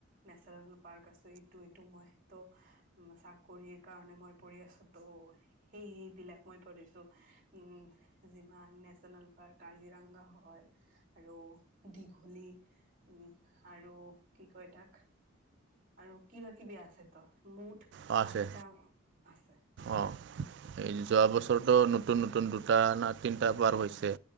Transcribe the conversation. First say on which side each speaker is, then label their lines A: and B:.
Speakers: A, on the right (about 40°); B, on the right (about 60°).
A: নেচনেল পাৰ্ক আছে এইটো এইটো মই তোৰ। চাকৰিৰ কাৰণে মই পঢ়ি আছো ত সেইবিলাক চ' উম, যিমান নেচনেল পাৰ্ক, কাজিৰঙা হয়। আৰু দীঘলী উম আৰু কি কয় তাক। আৰু কিবা কিবি আছেতো মুঠ
B: অঁ আছে
A: আঠটা আছে অ'।
B: অঁ এই যোৱা বছৰতো নতুন নতুন দুটা না তিনিটা পাৰ হৈছে।